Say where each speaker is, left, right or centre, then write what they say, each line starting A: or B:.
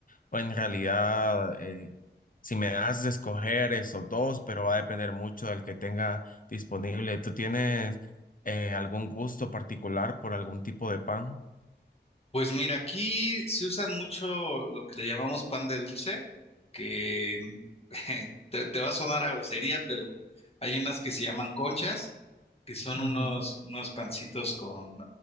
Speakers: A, on the left (about 50°); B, on the left (about 35°).
A: o en realidad, eh, si me das de escoger esos dos, pero va a depender mucho del que tenga disponible. ¿Tú tienes eh, algún gusto particular por algún tipo de pan?
B: Pues mira, aquí se usan mucho lo que le llamamos pan de dulce, que <laughs> te, te va a sonar a grosería, pero hay unas que se llaman conchas, que son
A: Ujú.
B: unos, unos pancitos con